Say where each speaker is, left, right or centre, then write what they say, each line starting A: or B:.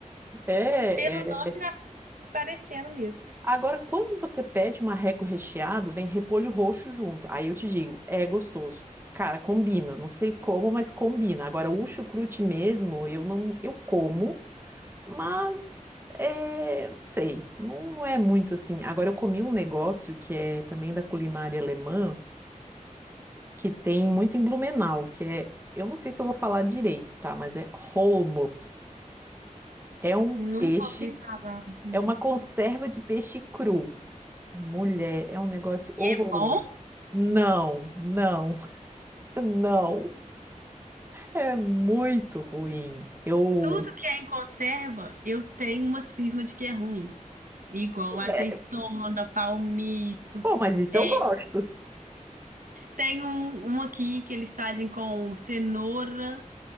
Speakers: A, on the right; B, on the right.
A: É,
B: Pelo
A: é.
B: nome já parecendo mesmo.
A: Agora, quando você pede um marreco recheado, vem repolho roxo junto. Aí eu te digo, é gostoso. Cara, combina. Não sei como, mas combina. Agora, o chucrute mesmo, eu não, eu como, mas é, não sei, não, não é muito assim. Agora, eu comi um negócio que é também da culinária alemã, que tem muito em Blumenau, que é, eu não sei se eu vou falar direito, tá? Mas é Holmops. É um
B: Nunca
A: peixe,
B: ouvi falar, né?
A: é uma conserva de peixe cru. Mulher, é um negócio horroroso.
B: E é bom?
A: Não, não, <laughs> não. É muito ruim. Eu.
B: Tudo que é em conserva, eu tenho uma cisma de que é ruim. Igual azeitona,
A: é,
B: palmito.
A: pô, mas isso
B: É,
A: eu gosto.
B: tem um, um aqui que eles fazem com cenoura,